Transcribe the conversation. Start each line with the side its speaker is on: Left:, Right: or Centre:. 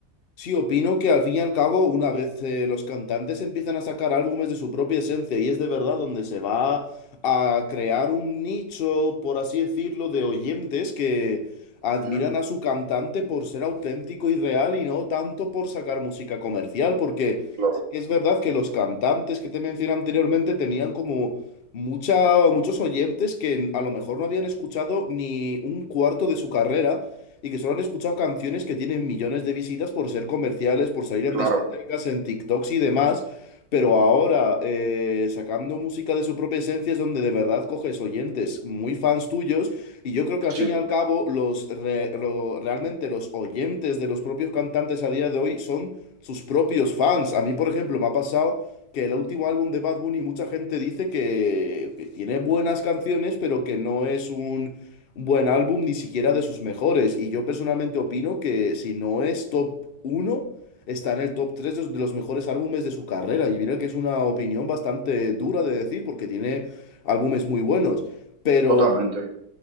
Left: Sí, opino que al fin y al cabo, una vez eh, los cantantes empiezan a sacar álbumes de su propia esencia y es de verdad donde se va a crear un nicho, por así decirlo, de oyentes que admiran
Right: Ujú,
Left: a su cantante por ser auténtico y real y no tanto por sacar música comercial, porque
Right: Claro,
Left: sí que es verdad que los cantantes que te mencioné anteriormente tenían como mucha, muchos oyentes que a lo mejor no habían escuchado ni un cuarto de su carrera y que solo han escuchado canciones que tienen millones de visitas por ser comerciales, por salir
Right: claro,
Left: en discotecas, en TikToks y demás. Pero ahora, eh, sacando música de su propia esencia es donde de verdad coges oyentes muy fans tuyos. Y yo creo que al fin
Right: sí,
Left: y al cabo, los re- lo- realmente los oyentes de los propios cantantes a día de hoy son sus propios fans. A mí, por ejemplo, me ha pasado que el último álbum de Bad Bunny, mucha gente dice que, que tiene buenas canciones, pero que no es un Buen álbum, ni siquiera de sus mejores. Y yo personalmente opino que si no es top uno está en el top 3 de de los mejores álbumes de su carrera. Y mira que es una opinión bastante dura de decir porque tiene álbumes muy buenos. Pero,
Right: totalmente.